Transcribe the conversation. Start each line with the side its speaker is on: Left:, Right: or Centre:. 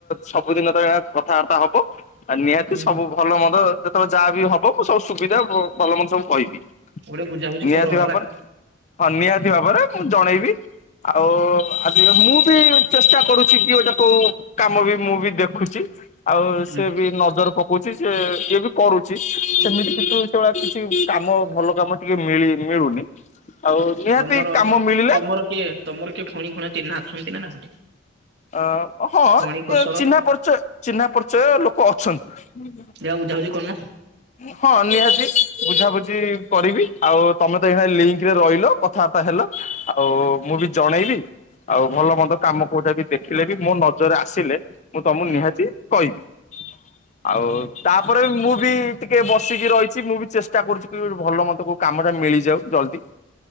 Left: ସବୁଦିନ ତ କଥାବାର୍ତ୍ତା ହବ। ଆଉ ନିହାତି
Right: ହୁଁ
Left: ସବୁ ଭଲ ମନ୍ଦ ଯେତେବେଳେ ଯାହାବି ବି ହବ ମୁଁ ସବୁ ସୁବିଧା ଭଲ ମନ୍ଦ ସବୁ କହିବି।
Right: ଗୋଟେ ବୁଝାବୁଝି
Left: ନିହାତି
Right: କର ହେଲା।
Left: ଭାବରେ ହଁ ନିହାତି ଭାବରେ ମୁଁ ଜଣେଇବି। ଆଉ ଆ ମୁଁ ବି ଚେଷ୍ଟା କରୁଛି କି ଗଟା କୋଉ କାମ ବି ମୁଁ ବି ଦେ ଖୁଛି ଆଉ
Right: ହୁଁ
Left: ସେ ବି ନଜର ପ କହୁଛି ସିଏ ଇଏ ବି କରୁଛି ସେମିତି କିନ୍ତୁ ସେଭଳିଆ କିଛି କାମ ଭଲ କାମ ଟିକେ ମିଳି ମିଳୁନି। ଆଉ ନିହାତି
Right: ତମର ତମର
Left: କାମ ମିଳିଲେ
Right: କିଏ ତମର କିଏ ଖଣି ଖୁଣ ଚିହ୍ନା ଅଚନ୍ତି ନା ନାହାନ୍ତି?
Left: ଅ ହଁ
Right: ଖଣି କସର
Left: ଚିହ୍ନା ପରିଚୟ ଚିହ୍ନା ପରିଚୟ ଲୋକ ଅଛନ୍ତି।
Right: ବୁଝା ବୁଝି କରୁନ?
Left: ହଁ ନିହାତି ବୁଝା ବୁଝି କରିବି ଆଉ ତମେ ତ ଏଇ ଲିଙ୍କରେ ରହିଲ କଥାବାର୍ତ୍ତା ହେଲ। ଆଉ ମୁଁ ବି ଜଣେଇବି। ଆଉ
Right: ହୁଁ
Left: ଭଲ ମନ୍ଦ କାମ କୋଉଟା ବି ଦେଖିଲେ ବି ମୋ ନଜରରେ ଆସିଲେ ମୁଁ ତମକୁ
Right: ହୁଁ
Left: ନିହାତି କହିବି ଆଉ
Right: ହଉ।
Left: ତାପରେ ମୁଁ ବି ଟିକେ ବସିକି ରହିଛି ମୁଁ ବି ଚେଷ୍ଟା କରୁଛି କି ଭଲ ମତେ କୋଉ କାମଟା ମିଳିଯାଉ ଜଲ୍ଦି।